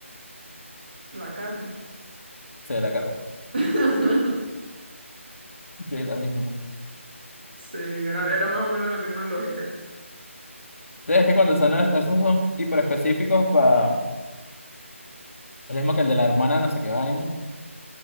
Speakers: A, on the right (about 40°); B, on the left (about 75°).
A: La carne.
B: Sí, la carta.
A: <laughs>
B: Sí, la misma.
A: Sí, era, era más o menos la misma lógica.
B: Sí, es que cuando son, es- esos son hiperespecíficos para, lo mismo que el de la hermana, no sé qué vaina,